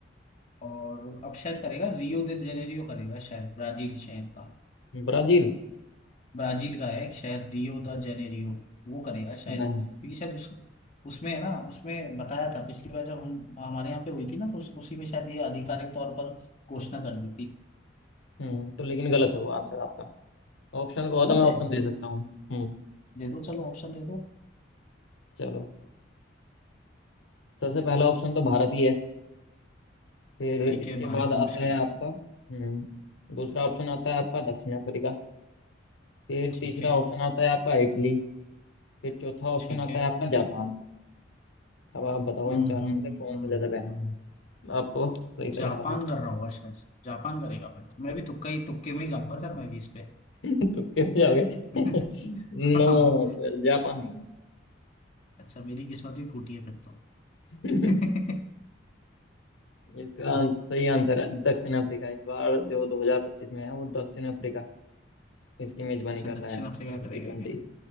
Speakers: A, on the left; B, on the left.
A: और अब शायद
B: थी
A: करेगा रियो दे जेनेरियो करेगा शायद ब्राजील शहर का
B: ब्राजील
A: ब्राजील का है एक शहर रियो द जेनेरियो वो करेगा शायद
B: नहीं
A: क्योंकि शायद उस उसमें है ना उसमें बताया था पिछली बार जब हम हमारे यहाँ पे हुई थी ना तो उस, उसी में शायद ये आधिकारिक तौर पर घोषणा कर दी थी
B: हम्म तो लेकिन गलत है वो आंसर आपका ऑप्शन को हो
A: गलत
B: तो मैं ऑप्शन
A: है
B: दे सकता हूँ हम्म
A: दे दो चलो ऑप्शन दे दो
B: चलो सबसे पहला ऑप्शन तो भारत ही है फिर
A: ठीक
B: इसके
A: है भारत
B: बाद
A: तो
B: आता
A: मुश्किल
B: है
A: करेगा
B: आपका हम्म दूसरा ऑप्शन आता है आपका दक्षिण अफ्रीका फिर
A: ठीक
B: तीसरा
A: है
B: ऑप्शन आता है आपका इटली फिर चौथा ऑप्शन
A: ठीक
B: आता
A: है
B: है आपका जापान अब आप बताओ
A: हम्म
B: इन चारों
A: हम्म
B: में से
A: हम्म
B: कौन सा ज्यादा
A: हम्म, हम्म।
B: बेहतर
A: हम्म।
B: आपको सही लग
A: जापान
B: रहा है
A: कर रहा होगा शायद से। जापान करेगा फिर तो मैं भी तुक्का ही तुक्के में ही जाऊंगा सर मैं भी इस पे
B: <laughs> तो क्यों जाओगे
A: <laughs>
B: <laughs>
A: हाँ
B: नो सर जापान नहीं
A: अच्छा मेरी किस्मत भी फूटी है फिर तो
B: है।
A: <laughs>
B: <laughs> इसका आंस- सही आंसर है दक्षिण अफ्रीका इस बार जो 2025 में है वो दक्षिण अफ्रीका इसकी मेजबानी
A: अच्छा
B: कर
A: दक्षिण
B: रहा है
A: अफ्रीका
B: जी
A: करेगा
B: ट्वेंटी
A: क्या